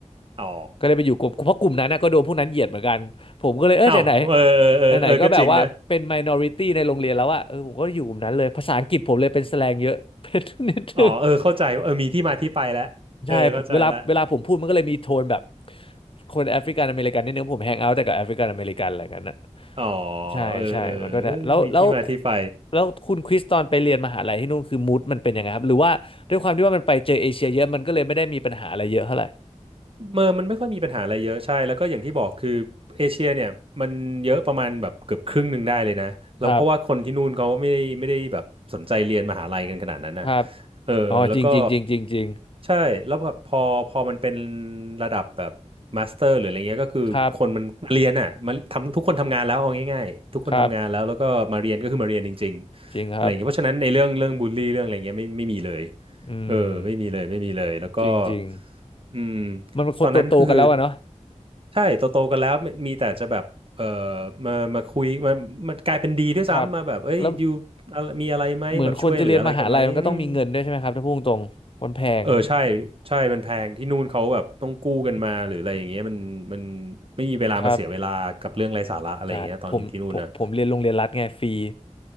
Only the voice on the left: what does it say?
ก็เลยไปอยู่กลุ่มเพราะกลุ่มนั้นนะก็โดนพวกนั้นเหยียดเหมือนกันผมก็เลยเออไหนไหน
ไหนไหนๆก็แบบว่าเป็น minority ในโรงเรียนแล้วอะเออผมก็อยู่กลุ่มนั้นเลยภาษาอังกฤษผมเลยเป็นแสแลงเยอะ <laughs> เป็นนิดนึง
ใช่ผมเวลาเวลาผมพูดมันก็เลยมีโทนแบบคนแอฟริกันอเมริกันนิดนึงผมแฮงเอาท์แต่กับแอฟริกันอเมริกันอะไรกันนะ
ใช่ใช่มันก็จะแล้วแล้ว
แล้วคุณคริสตอนไปเรียนมหาลัยที่นู่นคือมูดมันเป็นยังไงครับหรือว่าด้วยความที่ว่ามันไปเจอเอเชียเยอะมันก็เลยไม่ได้มีปัญหาอะไรเยอะเท่าไหร่
ครับครับ
อ๋อจริงจริงจริงจริงจริง
ครับครับจริงครับอืม
จริงจริง
มันเป็นคนตัวโตกันแล้วอะเนาะ
ครับแล้วเหมือนคนจะเรียนมหาลัยมันก็ต้องมีเงินด้วยใช่ไหมครับถ้าพูดตรงๆมันแพง
ครับใช่ผมผมผมเรียนโรงเรียนรัฐไงฟรี